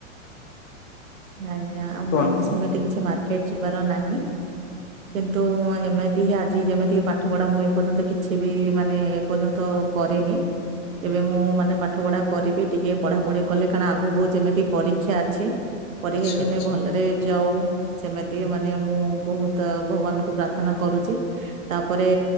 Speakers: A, on the right (about 80°); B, on the left (about 30°).
A: ଆଜ୍ଞା ଆଉ
B: କୁହନ୍ତୁ?
A: ମୋର ତ ସେମିତି କିଛି ମାର୍କେଟ ଯିବାର ନାହିଁ। କିନ୍ତୁ ଏମିତି ହିଁ ଆଜି ଯେମିତି ପାଠ ପଢା ମୁଁ ଏପର୍ଯ୍ୟନ୍ତ କିଛି ବି ମାନେ ଏ ପର୍ଯ୍ୟନ୍ତ କରେନି
B: ହୁଁ
A: ଏବେ ମୁଁ ମାନେ ପା ପାଠ ପଢା କରିବି ଟିକେ ପଢା ପଢି କଲେ କାରଣ ଆଗକୁ ଯେମିତି ପରୀକ୍ଷା ଅଛି। ପର
B: ଆଚ୍ଛା
A: ହେକିନି
B: ଆଚ୍ଛା
A: ଭଲରେ ଯାଉ ସେମିତି
B: ହୁଁ
A: ମାନେ ମୁଁ ବହୁତ ଭଗବାନଙ୍କୁ ପ୍ରା ପ୍ରଥନା କରୁଛି।
B: ହଁ
A: ତାପରେ